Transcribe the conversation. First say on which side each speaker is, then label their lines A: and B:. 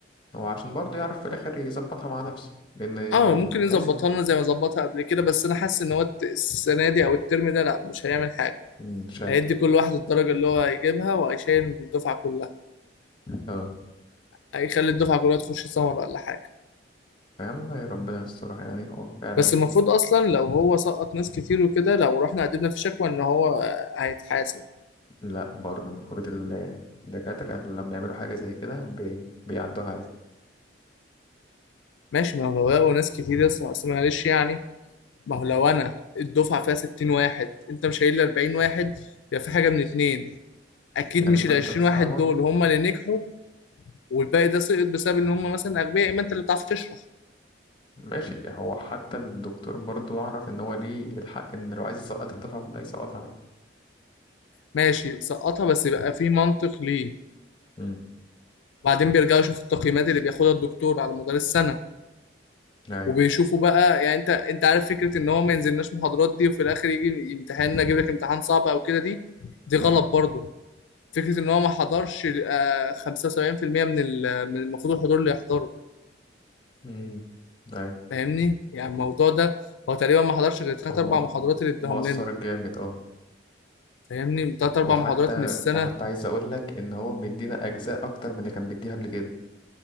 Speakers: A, on the left (about 25°); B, on the left (about 85°).
A: هو عشان برضه يعرف في الاخر يظبطها مع نفسه لان
B: اه ممكن يظبطها
A: تحس انه
B: لنا زي ما ظبطها قبل كده بس انا حاسس ان هو الت- السنه دي او الترم ده لا مش هيعمل حاجه
A: مم، شايل
B: هيدي كل واحد الدرجه اللي هو هيجيبها وهيشيل الدفعه كلها
A: اه
B: هيخلي الدفعه كلها تخش سمر ولا حاجه
A: يا عم ربنا يسترها يعني هو فعلا
B: بس المفروض اصلا لو هو سقط ناس كتير وكده لو رحنا قدمنا في شكوى ان هو آه، هيتحاسب
A: لا برضه المفروض ال- الدكاترة لما يعملوا حاجة زي كده بي... بيعدوها عادي
B: ماشي ما هو لو لقوا ناس كتير يا اسطى أصل معلش يعني ما هو لو انا الدفعه فيها 60 واحد انت مش شايل لي 40 واحد يبقى في حاجه من اتنين اكيد
A: يعني
B: مش
A: المادة
B: ال 20
A: صعبة
B: واحد دول هم اللي نجحوا والباقي ده سقط بسبب ان هم مثلا اغبياء اما انت اللي بتعرف تشرح
A: ماشي هو حتى الدكتور برضو أعرف إن هو ليه الحق إن لو عايز يسقط الدفعة كلها يسقطها عادي
B: ماشي سقطها بس يبقى في منطق ليه
A: امم
B: بعدين بيرجعوا يشوفوا التقييمات اللي بياخدها الدكتور على مدار السنه
A: ايوه
B: وبيشوفوا بقى يعني انت انت عارف فكره ان هو ما ينزلناش محاضرات دي وفي الاخر يجي امتحاننا يجيب لك امتحان صعب او كده دي دي
A: مم.
B: غلط برضو فكره ان هو ما حضرش آه، 75% من ال- من المفروض الحضور اللي يحضره
A: مم. أيوة
B: فاهمني يعني الموضوع ده هو تقريبا ما حضرش غير ثلاث
A: هو
B: اربع
A: مؤ-
B: محاضرات اللي اداهم
A: مؤثر
B: لنا
A: جامد اه
B: فاهمني ثلاث اربع
A: وحتى
B: محاضرات من السنه
A: وحتى عايز أقول لك إن هو مدينا أجزاء أكتر من اللي كان بيديها قبل كده